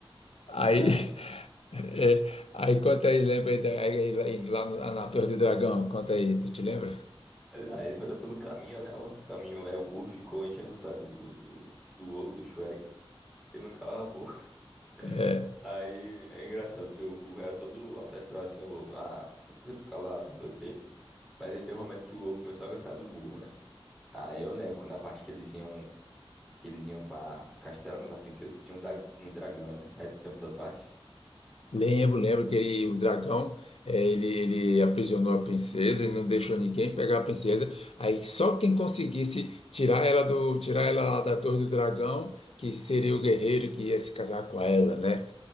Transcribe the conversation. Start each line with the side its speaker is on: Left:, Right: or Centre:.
Left: Aí,
Centre: Aí,
Left: <laughs> é, aí conta aí, lembra aí, da- aí, aí lá no- na Torre do Dragão, conta aí, tu te lembra?
Centre: aí eles foram pelo caminho, né? O caminho, aí o burro ficou enchendo o saco do, do, do ogro, do Shrek, que ele não calava a boca. <laughs>
Left: É.
Centre: Aí é engraçado, porque o burro era todo alto astral assim, o ogro. Ah, fica calado, não sei o quê. Mas aí tem um momento que o ogro começou a gostar do burro, né? Aí eu lembro que na parte que eles iam que eles iam pra Castelo da Princesa, que tinha um, da- um dragão, né? Aí tu lembra dessa parte?
Left: Lembro, lembro que ele- o dragão, eh, ele, ele aprisionou a princesa, ele não deixou ninguém pegar a princesa. Aí só quem conseguisse tirar ela do, tirar ela lá da torre do dragão, que seria o guerreiro que ia se casar com ela, né?